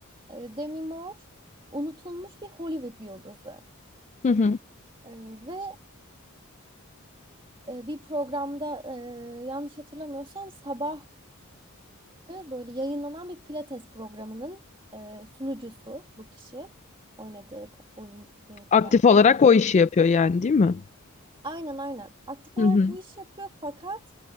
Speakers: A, on the right (about 25°); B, on the left (about 30°).
A: e, Demi Moore unutulmuş bir Hollywood yıldızı.
B: Hı hı.
A: E, ve e, bir programda e, yanlış hatırlamıyorsam sabahları böyle yayınlanan bir pilates programının e, sunucusu bu kişi. Oynadığı ka- oyun e, karakter.
B: Aktif olarak o işi yapıyor yani değil mi?
A: Aynen aynen. Aktif
B: Hı
A: olarak
B: hı.
A: bu işi yapıyor fakat